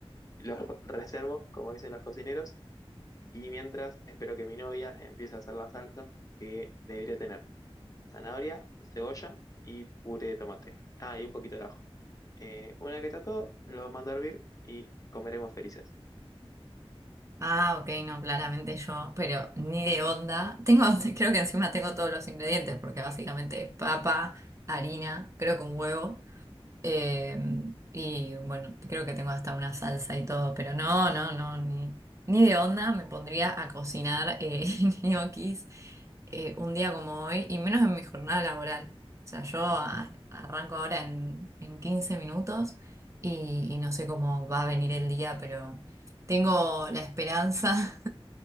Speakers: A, on the left; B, on the right.
A: los reservo, como dicen los cocineros. Y mientras, espero que mi novia empiece a hacer la salsa que debería tener zanahoria, cebolla y puré de tomate. Ah, y un poquito de ajo. Eh, una que está todo, lo mando a hervir y comeremos felices.
B: Ah, ok, no, claramente yo, pero ni de onda. Tengo, <laughs> creo que encima tengo todos los ingredientes, porque básicamente es papa, harina, creo que un huevo. Eh, y bueno, creo que tengo hasta una salsa y todo, pero no, no, no, ni, ni de onda me pondría a cocinar eh, <laughs> ñoquis eh, un día como hoy y menos en mi jornada laboral. O sea, yo a- arranco ahora en, en 15 minutos y, y no sé cómo va a venir el día, pero tengo la esperanza